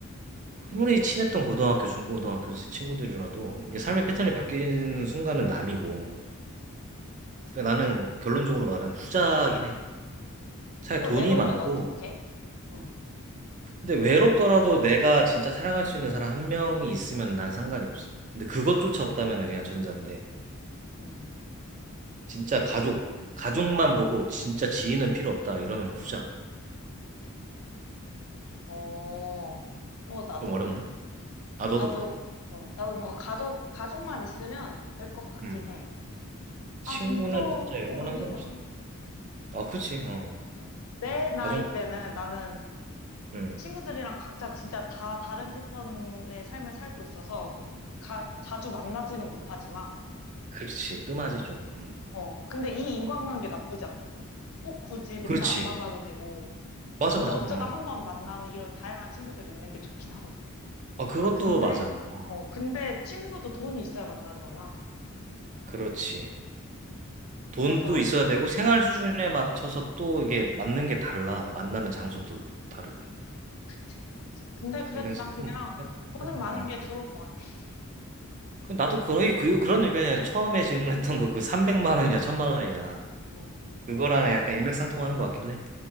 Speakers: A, on the right; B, on the left.
A: 아무리 친했던 고등학교, 중고등학교 친구들이라도 이게 삶의 패턴이 바뀌는 순간은 남이고. 그러니까 나는 결론적으로 말하면 후자긴 해. 차라리
B: 그걸
A: 돈이
B: 외로우면
A: 많고.
B: 어떡해? 응,
A: 근데 외롭더라도 내가 진짜 사랑할 수 있는 사람 한 명이 있으면 난 상관이 없어. 근데 그것조차 없다면 그냥 전자인데.
B: 응.
A: 진짜 가족, 가족만 보고 진짜 지인은 필요 없다. 이러면 후자.
B: 어, 어, 나도.
A: 좀 어렵나? 아, 너도
B: 나도,
A: 그래?
B: 어, 나도 뭔가 가족, 가족만 있으면 될 것 같긴
A: 음.
B: 해. 아,
A: 친구는
B: 근데 또,
A: 진짜 영원한
B: 또 아니다.
A: 건 없어. 음. 아, 그렇지. 어.
B: 어. 내 나이
A: 가족만.
B: 때는 나는
A: 응.
B: 친구들이랑 각자 진짜 다 다른 패턴의 삶을 살고 있어서 가, 자주 만나지는 못하지만,
A: 그렇지. 뜸하지 좀. 음.
B: 어, 근데 이 인간관계 나쁘지 않거든? 꼭 굳이 맨날
A: 그렇지.
B: 안 만나도 되고,
A: 맞아,
B: 진짜
A: 맞아.
B: 어쩌다
A: 어.
B: 한번 만나는 이런 다양한 친구들이 있는 게 좋긴 하거든.
A: 아, 그것도
B: 아, 근데,
A: 맞아. 어.
B: 어, 근데 친구도 돈이 있어야 만나잖아.
A: 그렇지. 돈도
B: 그래서,
A: 있어야 되고 생활 수준에 맞춰서 또 이게 맞는 게 달라. 만나는 장소도 다르고.
B: 그치. 그치. 근데 그래,
A: 그래서
B: 난 그냥
A: 좀 복잡하지.
B: 돈은 많은
A: 어.
B: 게 좋을 것 같아.
A: 그 나도 거의 그 그런 얘기야. 처음에 질문했던 거 그 300만 원이냐, 천만 원이냐.
B: 어,
A: 그거랑 약간 일맥상통하는 것 같기도 해.